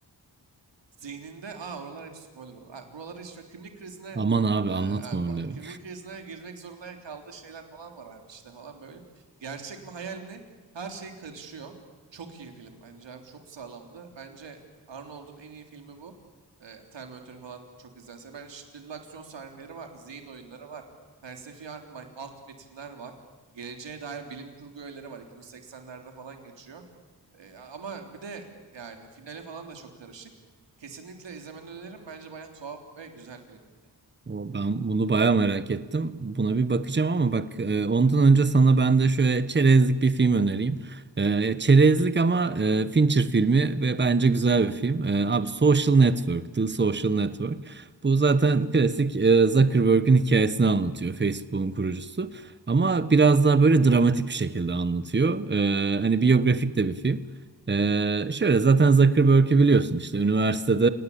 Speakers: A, on the right; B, on the right.
A: zihninde aa oralar hep spoiler olur. Aa, buraları işte kimlik krizine
B: Aman abi
A: e,
B: anlatma
A: abi bak,
B: öyle.
A: kimlik krizine girmek zorunda kaldığı şeyler falan var abi işte falan böyle. Gerçek mi hayal mi? Her şey karışıyor. Çok iyi film bence abi. Çok sağlamdı. Bence Arnold'un en iyi filmi bu. E, Terminator falan çok izlense. Ben şiddetli aksiyon sahneleri var. Zihin oyunları var. Felsefi alt ma- alt metinler var. Geleceğe dair bilim kurgu öğeleri var. 2080'lerde falan geçiyor. E, ama bir de yani finale falan da çok karışık. Kesinlikle izlemeni öneririm. Bence bayağı tuhaf ve güzel filmdi yani.
B: O, Ben bunu bayağı merak ettim. Buna bir bakacağım ama bak e, ondan önce sana ben de şöyle çerezlik bir film önereyim. E, çerezlik ama e, Fincher filmi ve bence güzel bir film. E, abi Social Network, The Social Network. Bu zaten klasik e, Zuckerberg'in hikayesini anlatıyor. Facebook'un kurucusu. Ama biraz daha böyle dramatik bir şekilde anlatıyor. E, hani biyografik de bir film. Ee, şöyle zaten Zuckerberg'i biliyorsun işte üniversitede